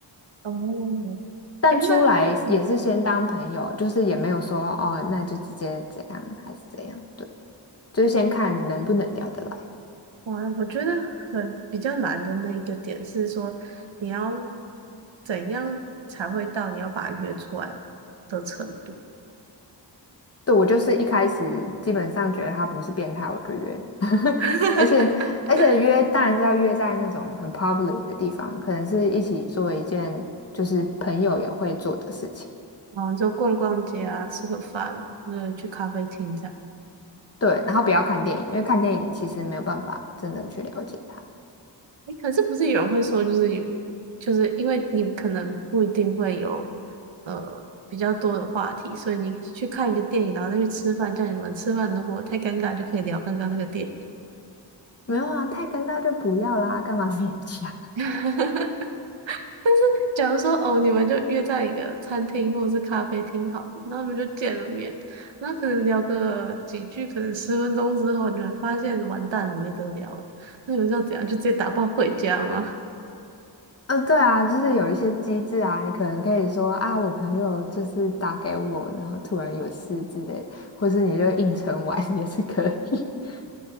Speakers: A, on the right; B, on the left.
A: 哦，
B: 但出来也是先当朋友，
A: 哎，那嗯。
B: 就是也没有说哦，那就直接怎样还是怎样，对，就是先看能不能聊得来。
A: 哇，我觉得很比较难的那一个点是说，你要怎样才会到你要把他约出来的程度？
B: 对，我就是一开始基本上觉得他不是变态，我就约，<laughs>
A: <laughs>
B: 而且而且约当然是要约在那种很 public 的地方，可能是一起做一件就是朋友也会做的事情，
A: 然后就逛逛街啊，吃个饭啊，或者去咖啡厅这样。
B: 对，然后不要看电影，因为看电影其实没有办法真的去了解他。
A: 诶，可是不是有人会说，就是有，就是因为你可能不一定会有呃比较多的话题，所以你去看一个电影，然后再去吃饭，这样你们吃饭如果太尴尬，就可以聊刚刚那个电影。
B: 没有啊，太尴尬就不要啦，干嘛勉强？
A: <laughs> 但是，假如说哦，你们就约在一个餐厅或者是咖啡厅好了，然后你们就见了面，那可能聊个几句，可能十分钟之后，你们发现完蛋了，没得聊了，那你们是要怎样？就直接打包回家吗？
B: 呃，对啊，就是有一些机制啊，你可能可以说啊，我朋友就是打给我，然后突然有事之类的，或是你就硬承完 <laughs> 也是可以。<laughs>